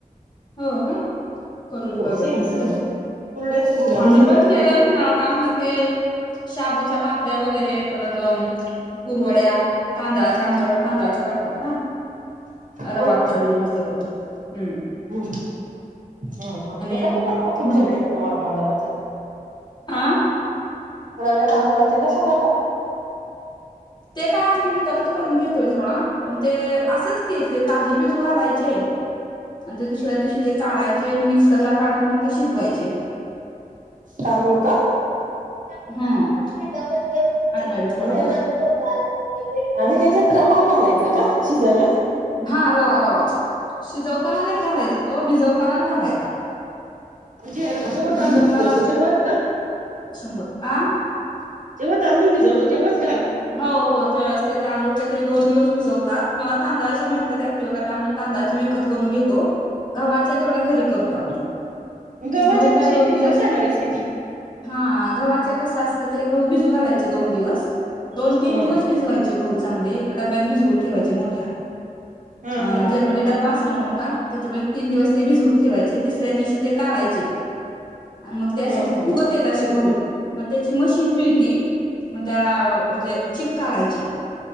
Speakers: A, on the left (about 30°); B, on the right (about 60°).
A: हो, का? करून बगल
B: सेम सेम
A: उन्हाळ्यात
B: कुरड्याची भुगा
A: आम्ही
B: जसं
A: पण
B: करताना
A: केलंय उन्हाळकाम पण ते शाबूच्या पापड्या वगैरे परत <unintelligible> कुरवड्या तांदळाच्या आमच्याकडं तांदळाच्या करत्यात का? रवा,
B: खाऊ
A: तांदूळ मिक्स करून हं.
B: हम्म. हा, हा. ते कसं
A: हम्म
B: करत्यात तुमच्याकडे <unintelligible> आता? <unintelligible>
A: आ?
B: रव्या तांदळाच्या कशा करता?
A: ते काय आम्ही विकतच करून घेतोय सोडा पण ते असंच की ते ता भिजू घालायचे आणि ते दुसऱ्या दिवशी ते काढायचे आणि मिक्सरला काढून मग ते शिजवायचे....
B: तांदूळ का? <unintelligible>
A: हम्म ऐकायला पोरांना
B: आणि त्याच्यात रवा घालायचा का? शिजवायला
A: हां रवा रवाच शिजवतांना नाही घालायचा तो भिजवतांनाच घालायचा.
B: म्हणजे जेव्हा तांदूळ
A: भिजवतानाच
B: भिजवतो तेंव्हाच का?
A: शंभर आ
B: जेव्हा तांदूळ भिजवतो तेंव्हाच?
A: हो हो त्यावेळेस ते तांदूळ काहीतरी दोन दिवस भिजवतात मला तांदळाच्या माहित नाही ऍक्च्युली कारण तांदळाच्या विकत करून घेतो गव्हाच्या तेवढं घरी करतो आम्ही.
B: गव्हाच्या
A: गहू काय
B: कश्या आहेत
A: दोन
B: ते
A: दिवस
B: सांगा ना रेसिपी?
A: हा गव्हाचे कसे असत ते गहु भिजू घालायचे दोन दिवस दोन तीन
B: ह
A: दिवस भिजवायचे गहु. चांगले एका डब्यात भिजवून ठेवायचे मोठ्या
B: ह
A: हा
B: ह
A: जर्मनी डब्बा असा तेच नव्हे मोठा त्याच्यामुळे तीन दिवस ते भिजवून ठेवायचे तिसऱ्या दिवशी ते काढायचे. अन् मग ते अशे
B: ह ह
A: फुगतेत अशे गहु मग त्याची मशीन मिळती मग त्या म्हणजे चिक काढायची.